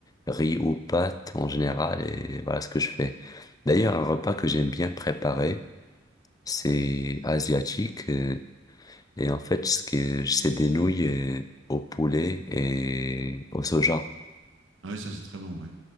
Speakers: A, on the left (about 20°); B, on the right (about 80°).
A: riz ou pâte en général, et voilà ce que je fais. D'ailleurs, un repas que j'aime bien préparer, c'est asiatique. euh, Et en fait, ce que c'est des nouilles euh, au poulet et au soja.
B: Ah oui, ça c'est très bon, ouais.